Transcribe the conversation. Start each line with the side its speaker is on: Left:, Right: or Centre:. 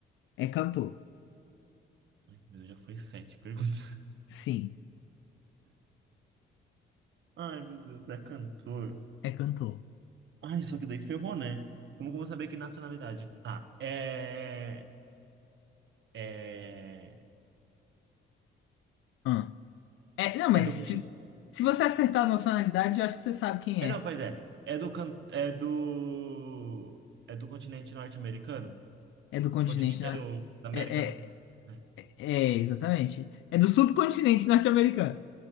Left: É cantor.
Right: Ai, meu Deus, já foi sete perguntas.
Left: Sim,
Right: <laughs> Ai, meu Deus, é cantor.
Left: é cantor.
Right: Ai, só que daí ferrou, né? Como que eu vou saber que nacionalidade? Tá, é... É...
Left: Hum. É, não, mas
Right: É do
Left: se,
Right: continente...
Left: se você acertar a nacionalidade, eu acho que você sabe quem
Right: É,
Left: é.
Right: não, pois é. É do... can- É do... É do continente norte-americano?
Left: É do continente,
Right: Continente...
Left: né?
Right: É do... da América
Left: É,
Right: do...
Left: é,
Right: é,
Left: é, exatamente. É do subcontinente norte-americano.